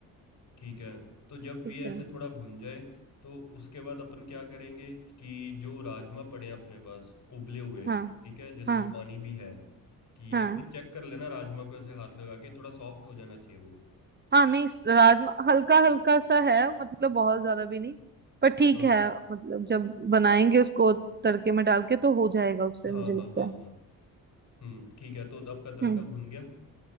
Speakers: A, on the left; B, on the right.
A: ठीक है तो जब
B: ठीक
A: ये ऐसे
B: है
A: थोड़ा भुन जाए तो उसके बाद अपन क्या करेंगे कि जो राजमा पड़े हैं अपने पास उबले हुए
B: हाँ
A: ठीक है जिसमें
B: हाँ
A: पानी भी है कि
B: हाँ
A: एक बार चेक कर लेना राजमा को ऐसे हाथ लगा के थोड़ा सॉफ्ट हो जाना चाहिए वो
B: हाँ नहीं इस राजमा हल्का हल्का सा है मतलब बहुत ज्यादा भी नहीं पर ठीक
A: हाँ
B: है मतलब जब बनाएंगे उसको तड़के में डाल के तो हो जाएगा उससे
A: हाँ
B: मुझे
A: हाँ
B: लगता
A: हाँ
B: है
A: हाँ हम्म ठीक है तो आपका तड़का
B: हम्म
A: भुन गया